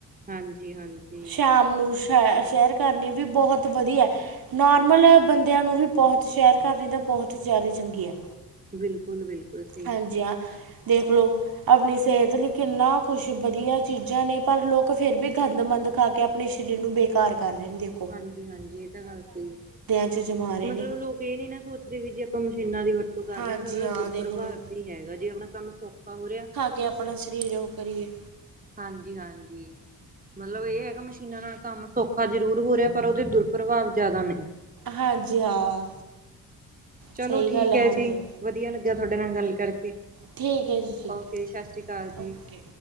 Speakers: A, on the right; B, on the right.
A: ਹਾਂਜੀ ਹਾਂਜੀ
B: ਸ਼ਾਮ ਨੂੰ ਸੈਰ ਕਰਨੀ ਵੀ ਬਹੁਤ ਵਧੀਆ ਨੋਰਮਲ ਬੰਦ ਦਿਆਂ ਨੂੰ ਵੀ ਬਹੁਤ ਸ਼ੈਰ ਕਰਨੀ ਤਾਂ ਬਹੁਤ ਜ਼ਿਆਦਾ ਚੰਗੀ ਹੈ।
A: ਬਿਲਕੁਲ-ਬਿਲਕੁਲ
B: ਹਾਂਜੀ ਹਾਂ ਦੇਖ ਲਓ ਆਪਣੀ ਸਿਹਤ ਲਈ ਕਿੰਨਾ ਕੁਛ ਵਧੀਆ ਚੀਜ਼ਾਂ ਨੇ ਪਰ ਲੋਕ ਫੇਰ ਵੀ ਗੰਦਮੰਦ ਖਾ ਕੇ ਆਪਣੇ ਸਰੀਰ ਨੂੰ ਬੇਕਾਰ ਕਰ ਰਹਿੰਦੋ।
A: ਹਾਂਜੀ-ਹਾਂਜੀ ਇਹ ਤਾਂ ਗੱਲ ਸਹੀ ਹੈ
B: 'ਚ ਜਮਾ ਰਹੇ
A: ਮਤਲਬ
B: ਨੇ
A: ਲੋਕ ਇਹ ਨੀ ਨਾ ਸੋਚ ਦੇ ਵੀ ਜੇ ਆਪਾਂ ਮਸ਼ੀਨਾਂ ਦੀ ਵਰਤੋਂ ਕਰ
B: ਹਾਂਜੀ
A: ਰਹੇ ਹਾਂ ਤਾਂ ਉਹਦਾ ਦੁਰਪਭਾਵ
B: ਦੇਖ ਲਓ
A: ਵੀ ਹੈਗਾ ਜੇ ਆਪਣਾ ਕੰਮ ਸੌਖਾ ਹੋ ਰਿਹਾ
B: ਤੇ ਆਪਣਾ ਸਰੀਰ ਉਹ ਕਰੀਏ।
A: ਹਾਂਜੀ-ਹਾਂਜੀ ਮਤਲਬ ਇਹ ਹੈਗਾ ਮਸ਼ੀਨ ਜਿਨਾਂ ਨਾਲ ਕੰਮ ਸੌਖਾ ਜ਼ਰੂਰ ਹੋ ਰਿਹਾ ਪਰ ਉਹਦੇ ਦੁਰਪਭਾਵ ਜਿਆਦਾ ਨੇ।
B: ਹਾਂਜੀ ਹਾਂ
A: ਚਲੋ
B: ਸਹੀ
A: ਠੀਕ
B: ਗੱਲ
A: ਹੈ
B: ਹਾਂਜੀ
A: ਜੀ ਵਧੀਆ ਲੱਗਾ ਤੁਹਾਡੇ ਨਾਲ ਗੱਲ ਕਰਕੇ।
B: ਠੀਕ ਹੈ ਜੀ ਠੀਕ
A: ਓਕੇ ਜੀ ਸਤਿ ਸ਼੍ਰੀ ਅਕਾਲ
B: ਹੈ।
A: ਜੀ।
B: ਓਕੇ